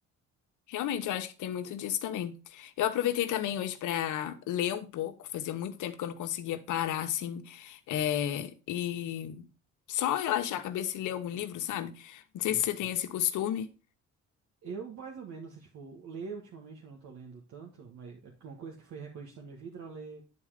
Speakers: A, on the left; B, on the right.
A: Realmente, eu acho que tem muito disso também. Eu aproveitei também hoje pra ler um pouco. Fazia muito tempo que eu não conseguia parar assim, é, e só relaxar a cabeça e ler algum livro, sabe? Não
B: Sim,
A: sei se você
B: sim.
A: tem esse costume.
B: Eu, mais ou menos, tipo, ler ultimamente eu não tô lendo tanto, mas é uma coisa que foi recorrente na minha vida era ler.